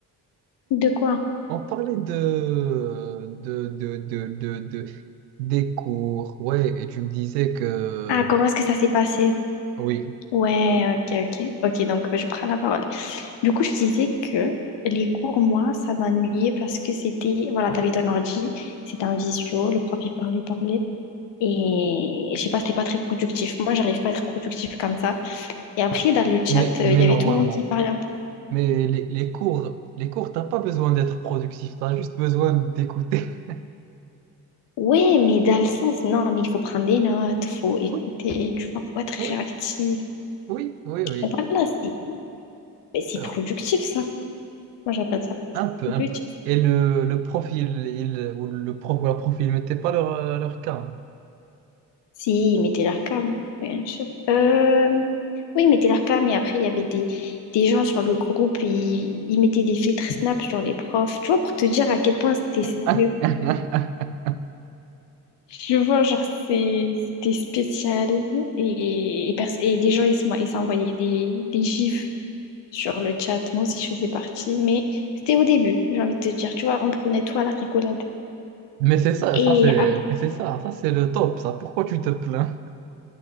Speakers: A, on the left (about 55°); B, on the right (about 75°).
A: De quoi?
B: on parlait de, de, de, de, de, de- des cours, ouais, et tu me disais que
A: Ah, comment est-ce que ça s'est passé?
B: oui,
A: Ouais, ok, ok. Ok, donc euh, je prends la parole. Du coup, je disais que les cours, moi, ça m'ennuyait parce que c'était, voilà, t'avais ton ordi, c'était un visio, le prof, il parlait, il parlait, et je sais pas, c'était pas très productif. Moi, j'arrive pas à être productif comme ça. Et après, dans le chat,
B: mais, mais
A: euh, il y
B: normalement,
A: avait tout le monde qui parlait un peu.
B: mais les, les cours, les cours, t'as pas besoin d'être productif, t'as juste besoin d'écouter. <laughs>
A: Ouais, mais dans le sens, non, mais il faut prendre des notes, faut écouter,
B: Oui,
A: tu vois, faut être
B: oui,
A: réactif.
B: oui, oui. oui.
A: Voilà, c'est, mais c'est
B: Euh,
A: productif, ça. Moi, j'appelle ça
B: Un peu,
A: productif.
B: un peu. Et le, le profil, il, ou le prof ou la prof, ils mettaient pas leur, euh, leur cas.
A: Si, il mettait leur cam, bien sûr. Euh, Oui, il mettait leur cam et après, il y avait des, des gens sur le groupe, ils, ils mettaient des filtres Snap sur les profs, tu vois, pour te dire à quel point c'était sérieux.
B: Hein. <laughs>
A: Je vois, genre, c'est- c'était spécial et, et, pers- et les gens, ils se ils s'envoyaient des, des gifs sur le chat. Moi aussi, je faisais partie, mais c'était au début, j'ai envie de te dire, tu vois, on prenait tout à la rigolade.
B: Mais c'est ça,
A: Et
B: ça c'est,
A: après,
B: mais c'est ça, ça c'est le top, ça. Pourquoi tu te plains?